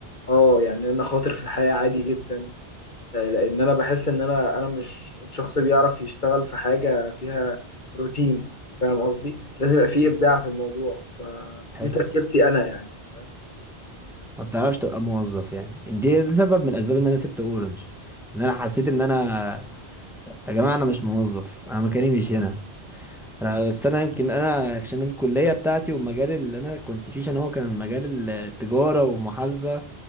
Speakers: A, on the left (about 50°); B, in the centre.
A: اه يعني انا خاطر في الحياة عادي جدا آه، لان انا بحس ان انا انا مش شخص بيعرف يشتغل في حاجة فيها روتين فاهم قصدي لازم يبقى فيه ابداع في الموضوع فدي
B: حلو.
A: تركيبتي انا يعني
B: ما بتعرفش تبقى موظف يعني دي ده سبب من اسباب ان انا سبت اورنج ان انا حسيت ان انا يا جماعه انا مش موظف انا مكاني مش هنا انا بس انا يمكن انا عشان الكليه بتاعتي والمجال اللي انا كنت فيه عشان هو كان مجال التجاره ومحاسبه